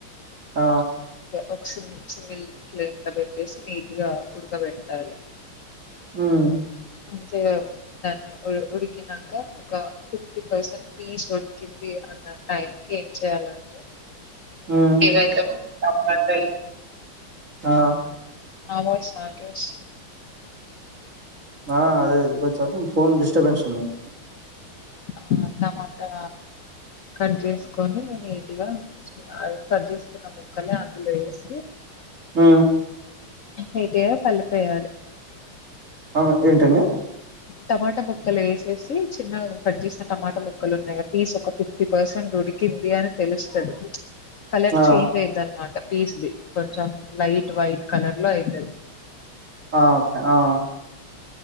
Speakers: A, on the right; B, on the left.
A: ఆ
B: ఒక సిమ్ సిమ్ ల్ ఫ్లేమ్ లో పెట్టేసి నీట్గా ఉడక పెట్టాలి.
A: హ్మ్
B: మంచిగ దాన్ని ఉడికినాక ఒక ఫిఫ్టీ పర్సెంట్ పీస్ ఉడికినంక ది అన్న టైం ఏం చెయాలంటే
A: బీరకాయల్ టమాటల్ ఆ
B: నమసి సాకే వచ్చ
A: ఆ అదే అదే కొచ్చా ఫోన్ డిస్టబెన్స్ ఉన్నాయి
B: ఆ టమాటా కట్ చేసుకొని నీట్గా కట్ చేసుకున్న ముక్కలే అందులో ఏసి
A: ఉ
B: అయితే పలిపేయాలి
A: అవున ఏంటండి
B: టమాటా ముక్కల్ ఏసేసి చిన్నగ కట్ చేసిన టమాటా ముక్కలు ఉన్నాయ్ పీస్ ఒక ఫిఫ్టీ పర్సెంట్ ఉడికిద్ధి అని తెలుస్తది కలర్
A: ఆ
B: చేంజ్ అయిద్ అన్నమాట పీస్ది కొంచెం లైట్ వైట్ కలర్లో అయితది
A: ఆ ఆ